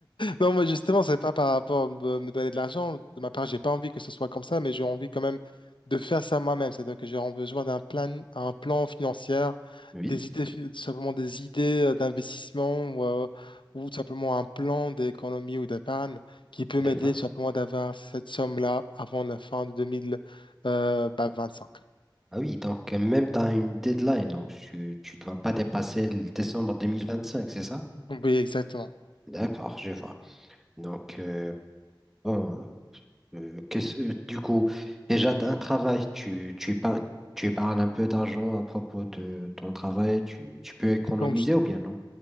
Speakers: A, on the left; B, in the centre.
A: Non, moi justement, c'est pas par rapport à me me donner de l'argent. De ma part, j'ai pas envie que ce soit comme ça, mais j'ai envie quand même de faire ça moi-même. C'est-à-dire que j'ai besoin d'un plan, un plan financier,
B: Oui,
A: des idées, fi- simplement des idées euh, d'investissement ou, euh, ou tout simplement un plan d'économie ou d'épargne qui peut
B: d'accord.
A: m'aider tout simplement d'avoir cette somme-là avant la fin de 2025.
B: Ah oui, donc euh, même tu as une deadline, donc tu, tu dois pas dépasser le décembre 2025, c'est ça?
A: Oui, exactement.
B: D'accord, je vois. Donc, euh, bon. Euh, qu'est-ce- euh, du coup, déjà, tu as un travail, tu, tu épargnes, tu épargnes un peu d'argent à propos de ton travail, tu, tu peux économiser
A: Comme je,
B: ou bien non?